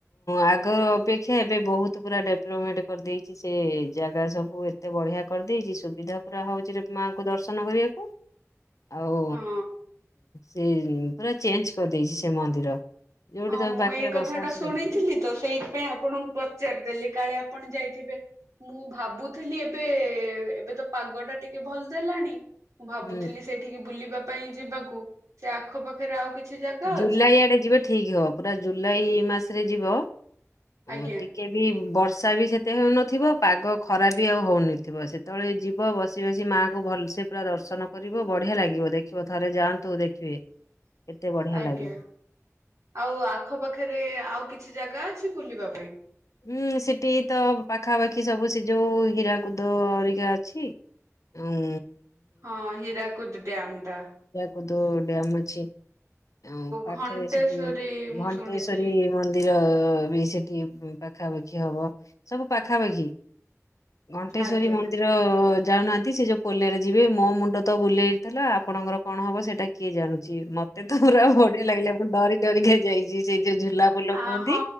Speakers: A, on the left (about 80°); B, on the right (about 80°).
A: ଆଗ ଅପେକ୍ଷା ଏବେ ବହୁତ ପୁରା ଡେଭଲପମେଣ୍ଟ କରିଦେଇଛି ସେ ଜାଗା ସବୁ। ଏତେ ବଢ଼ିଆ କରିଦେଇଛି ସୁବିଧା ପୁରା ହଉଛି ମାଆଙ୍କୁ ଦର୍ଶନ କରିବାକୁ। ଆଉ
B: ହଁ।
A: ସେ ପୁରା ଚେଞ୍ଜ କରିଦେଇଛି ସେ ମନ୍ଦିର। ଯୋଉଠି
B: ହଁ
A: ତମେ
B: ମୁଁ
A: ପାଖରେ
B: ଏଇ କଥା
A: ବସା
B: ଟା
A: ବସି
B: ଶୁଣିଥିଲି
A: କରିପାରିବ।
B: ତ ସେଇଥିପାଇଁ ଆପଣଙ୍କୁ ପଚାରିଦେଲି କାଳେ ଆପ ଆପଣ ଯାଇଥିବେ ମୁଁ ଭାବୁଥିଲି ଏବେ ଏବେ ତ ପାଗ ଟା ଟିକେ ଭଲ ଦେଲାଣି। ମୁଁ ଭାବୁଥିଲି
A: ହୁଁ
B: ସେଠିକି ବୁଲିବା ପାଇଁ ଯିବାକୁ ସେ ଆଖ ପାାଖରେ ଆଉ କିଛି ଜାଗା
A: ଜୁଲାଇ
B: ଅଛି?
A: ଆଡ଼େ ଯିବେ ଠିକ ହବ। ପୁରା ଜୁଲାଇ ମାସରେ ଯିବ
B: ଆଜ୍ଞା
A: ହୁଁ ଟିକେ ବି ବର୍ଷା ବର୍ଷା ବି ସେତେ ହେଉନଥିବ ପାଗ ଖରାପ ବି ଆଉ ହେଉନଥିବ ସେତେବେଳେ ଯିବ ବସି ବସି ମାଆଙ୍କୁ ଭଲସେ ପୁରା ଦର୍ଶନ କରିବ ବଢ଼ିଆ ଲାଗିବ ଦେଖିବ ଥରେ ଯାଆନ୍ତୁ ଦେଖିବେ। ବଢିଆ
B: ଆଜ୍ଞା
A: ଲାଗିବ।
B: ଆଉ ଆଖପାଖରେ ଆଉ କିଛି ଜାଗା ଅଛି ବୁଲିବା ପାଇଁ?
A: ହୁଁ ସେଠି ତ ପାଖାପାଖି ସବୁ ସି ଯୋଉ ହୀରାକୁଦ ଅରିକା ଅଛି ଆଉ
B: ହଁ ହିରା କୁଦ ଡ୍ୟାମ ଟା।
A: କୁଦ୍ ଡ୍ୟମ୍ ଅଛି। ଆଉ ପାଖରେ
B: ଘଣ୍ଟେଶ୍ଵରୀ
A: ସେଠି
B: ମୁଁ
A: ଘଣ୍ଟେଶ୍ଵରୀ
B: ଶୁଣିଥିଲି
A: ମନ୍ଦିର ବି ସେଠି ପାଖାପାଖି ହବ ସବୁ ପାଖାପାଖି। ଘଣ୍ଟେଶ୍ଵରୀ
B: ଆଜ୍ଞା।
A: ମନ୍ଦିର ଯାଉନାହାନ୍ତି ସେ ଯୋଉ ପୋଲରେ ଯିବେ ମୋ ମୁଣ୍ଡ ତ ବୁଲେଇଥିଲା ଆପଣଙ୍କର କଣ ହବ ସେଇଟା କିଏ ଜାଣୁଛି ମତେ ମତେ ତ ପୁରା ବଢିଆ ଲାଗିଲା ମୁଁ ଡରି ଡରିକି ଯାଇଛି ସେଇ ଯୋଉ ଝୁଲା ଫୁଲ
B: ଆ
A: କୁହନ୍ତି
B: ହଁ